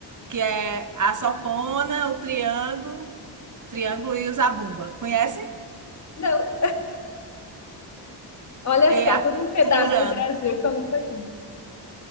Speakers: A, on the right; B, on the left.
A: que é a sanfona, o triângulo, o triângulo e o zabumba. Conhecem?
B: Não, olha
A: É
B: só,
A: a
B: todo
A: cultura,
B: um pedaço do Brasil que eu não conheço.